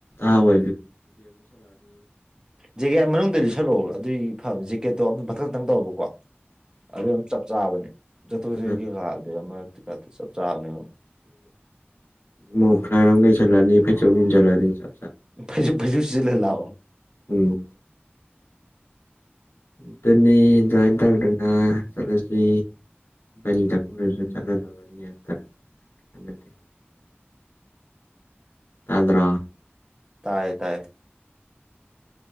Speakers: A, on the left; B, on the right.
A: ꯑꯥꯕ
B: ꯖꯒꯌꯥ ꯃꯅꯨꯡꯗ ꯂꯩꯁꯜꯂꯛꯑꯣꯕ ꯑꯗꯨꯏ ꯐ ꯖꯦꯛꯀꯦꯠꯇꯣ ꯑꯗꯨ ꯃꯊꯛꯇꯪ ꯇꯧꯕꯀꯣ ꯑꯗꯨ ꯑꯗꯨꯝ ꯆꯞ ꯆꯥꯕꯅꯦ ꯆꯠꯊꯣꯛ
A: ꯑꯗꯨꯒ
B: ꯆꯠꯁꯤꯟ ꯀꯩꯀꯥꯗꯦ ꯑꯃꯥ ꯆꯞ ꯆꯥꯕꯅꯦꯕ
A: ꯃꯣ ꯐ꯭ꯂꯔꯒꯩ ꯆꯂꯥꯅꯤ ꯐꯦꯆ ꯆꯂꯅꯤ ꯆ
B: ꯐ ꯐ ꯆꯂ ꯂꯥꯎꯑꯣ
A: ꯎꯝ ꯑꯗꯨꯇꯅꯤ ꯑꯗꯨꯃꯥꯏꯟ ꯇꯧꯗꯅ ꯆꯠꯂꯁꯤ ꯅꯤ ꯇꯪꯔꯤꯗꯁꯨ
B: ꯎꯝ
A: ꯆꯂꯗꯕꯅꯤ ꯍꯥꯏꯇꯥꯔ ꯍꯥꯏꯠꯇꯦ ꯑꯗꯨꯗ꯭ꯔꯣ
B: ꯇꯤꯏꯌꯦ ꯇꯥꯌꯦ